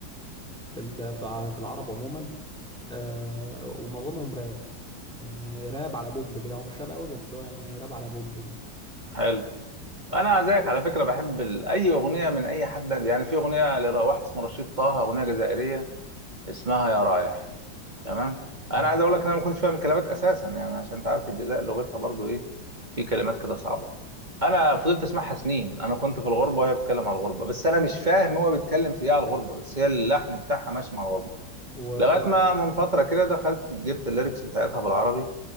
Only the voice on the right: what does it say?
حلو انا زيك على فكره بحب ال... اي اغنيه من اي حد يعني في اغنيه لواحد اسمه رشيد طه اغنيه جزائريه اسمها يا رايح تمام انا
عايز اقول لك ان انا ما كنتش فاهم الكلمات اساسا يعني عشان انت عارف الجزائر لغتها برضو ايه في كلمات كده صعبه انا فضلت اسمعها سنين انا كنت في الغربه وهي بتتكلم على الغربه بس انا مش فاهم هو بيتكلم في ايه على
الغربه بس هي اللحن بتاعها ماشي مع الغربه
لغايه ما من فتره كده دخلت جبت الليركس بتاعتها بالعربي